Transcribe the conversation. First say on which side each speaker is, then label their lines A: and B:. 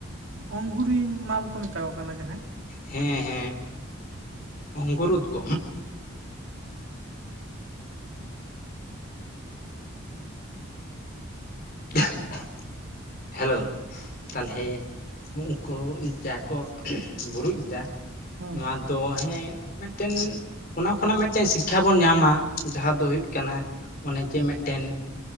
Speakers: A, on the right; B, on the left.
A: ᱚᱝᱜᱩᱨᱤ ᱢᱟᱞ ᱠᱚ ᱢᱮᱛᱟ ᱠᱚ ᱠᱟᱱᱟ ᱡᱟᱦᱟᱸᱭ ᱾
B: ᱦᱮᱸ ᱦᱮᱸ, ᱚᱝᱜᱩᱨᱩᱫᱽ ᱜᱚᱢ ᱾ <inaudible> ᱦᱮᱞᱳ, ᱛᱟᱞᱦᱮ ᱩᱱᱠᱩ ᱡᱟᱦᱟᱸᱭ ᱠᱚ <unintelligible> ᱵᱩᱨᱩᱡ ᱫᱟ ᱾
A: ᱦᱮᱸ
B: ᱱᱚᱣᱟ ᱟᱫᱚ ᱦᱮᱸ ᱢᱤᱫᱴᱮᱱ, ᱚᱱᱟ ᱠᱷᱚᱱᱟᱜ ᱢᱤᱫᱴᱮᱱ ᱥᱤᱠᱠᱷᱟ ᱵᱚᱱ ᱧᱟᱢᱟ ᱡᱟᱦᱟᱸ ᱫᱚ ᱦᱩᱭᱩᱜ ᱠᱟᱱᱟᱼᱼ ᱚᱱᱮ ᱡᱮ ᱢᱤᱫᱴᱮᱱ